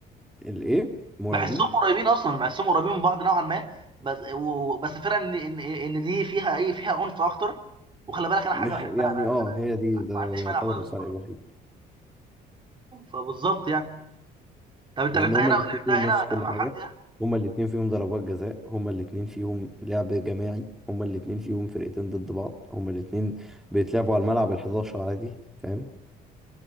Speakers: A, in the centre; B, on the right.
A: الايه مرعبين
B: بحسهم قريبين اصلا بحسهم قريبين من بعض نوعا ما بس و- بس الفرق ان ان ان دي فيها ايه فيها عنف اكتر وخلي بالك انا
A: مش
B: حاجه بحبها
A: يعني
B: انا
A: اه هي دي ده
B: ما عنديش
A: يعتبر
B: مانع خالص
A: الفرق الوحيد
B: فبالظبط يعني طب انت
A: لان
B: لعبتها
A: هما
B: هنا
A: الاتنين
B: لعبتها
A: فيهم
B: هنا
A: نفس كل
B: مع
A: حاجه
B: حد يعني
A: هما الاتنين فيهم ضربات جزاء هما الاتنين فيهم لعب جماعي هما الاتنين فيهم فرقتين ضد بعض هما الاتنين بيتلعبوا على الملعب ال11 عادي فاهم